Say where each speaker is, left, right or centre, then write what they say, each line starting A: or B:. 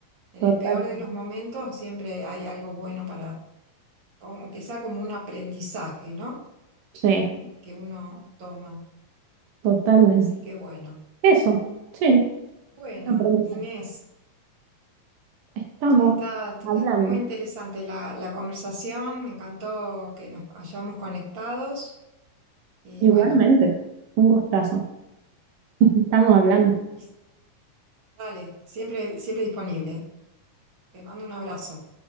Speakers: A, on the right; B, on the right.
A: En
B: Total.
A: el peor de los momentos siempre hay algo bueno para, aunque sea como un aprendizaje, ¿no?
B: Sí.
A: Que, un- que uno toma.
B: Totalmente.
A: Así que bueno.
B: Eso, sí,
A: Bueno,
B: un aprendizaje.
A: Inés,
B: Estamos
A: está
B: hablando.
A: es muy interesante la, la conversación, me encantó que nos hayamos conectados y
B: Igualmente.
A: bueno.
B: Un gustazo. Estamos hablando.
A: <laughs> Dale, siempre, siempre disponible. Te mando un abrazo.